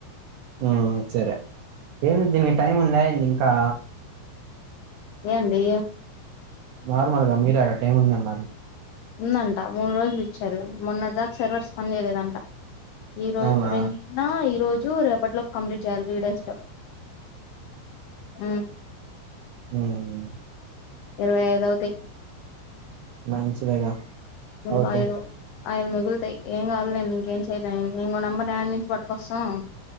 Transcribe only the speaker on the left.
ఏంది
ఉందంట మూడు రోజులు ఇచ్చారు మొన్నటి దాకా సర్వర్స్ పని చేయలేదంట ఈ రోజ
రెం నిన్న ఈ రోజు రేపటిలో కంప్లీట్ చేయాలి త్రీ డేస్ లో ఊ
ఇరవై <unintelligible>
ఇంకో
ఐదు ఐదు మిగులుతాయి ఏం కాదు లేండి ఇంకేం చేయలేం ఇంకో నెంబర్ ఎక్కడ నుంచి పట్టుకొస్తాం